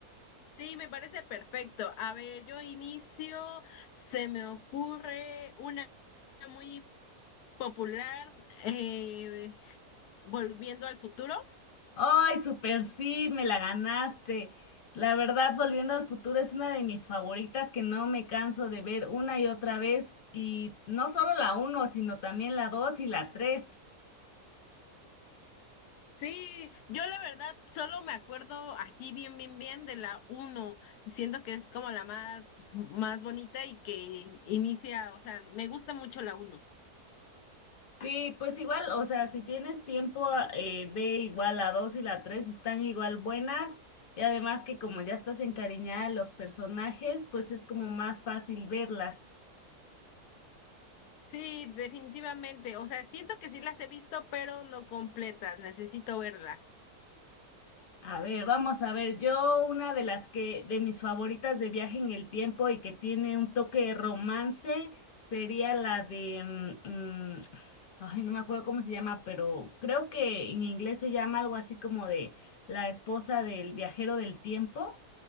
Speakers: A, on the left; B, on the left.
A: Sí, me parece perfecto. A ver, yo inicio, se me ocurre una muy popular, eh, volviendo al futuro.
B: Ay, super sí, me la ganaste. La verdad, Volviendo al futuro es una de mis favoritas que no me canso de ver una y otra vez y no solo la uno, sino también la dos y la tres.
A: Sí, yo la verdad solo me acuerdo así bien, bien, bien de la uno Siento que es como la más, más bonita y que inicia, o sea, me gusta mucho la uno
B: Sí, pues igual, o sea, si tienes tiempo, ah, eh, ve igual la 2 y la 3 están igual buenas y además que como ya estás encariñada de los personajes, pues es como más fácil verlas.
A: Sí, definitivamente. O sea, siento que sí las he visto, pero no completas. Necesito verlas.
B: A ver, vamos a ver. Yo, una de las que, de mis favoritas de viaje en el tiempo y que tiene un toque de romance, sería la de, mm, mm, ay, no me acuerdo cómo se llama, pero creo que en inglés se llama algo así como de La esposa del viajero del tiempo,